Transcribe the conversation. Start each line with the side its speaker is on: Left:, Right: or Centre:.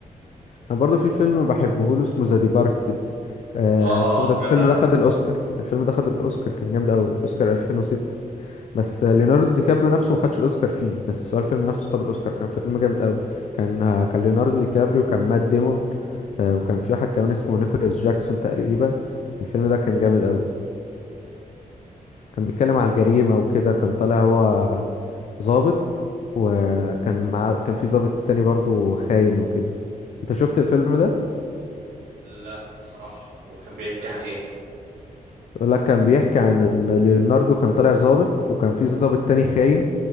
Left: انا برضو في فيلم بحبه له اسمه ذا ديبارتد آه
Right: اه
Left: اسمه ده
Right: سمعت
Left: الفيلم
Right: عنه
Left: ده خد الاوسكار الفيلم ده خد الاوسكار كان جامد قوي اوسكار 2006 بس آه، ليوناردو دي كابريو نفسه ما خدش الاوسكار فيه بس هو الفيلم نفسه خد الاوسكار كان فيلم جامد قوي كان آه، كان ليوناردو دي كابريو وكان مات ديمون آه وكان في واحد كمان اسمه نيكولاس جاكسون تقريبا الفيلم ده كان جامد قوي كان بيتكلم على الجريمة وكده كان طالع هو ضابط وكان مع كان في ضابط تاني برضو خاين وكده انت شفت الفيلم ده
Right: لا بصراحه هو كان بيحكي عن ايه
Left: يقول لك كان بيحكي عن ان ليوناردو كان طالع ظابط وكان في ظابط تاني خاين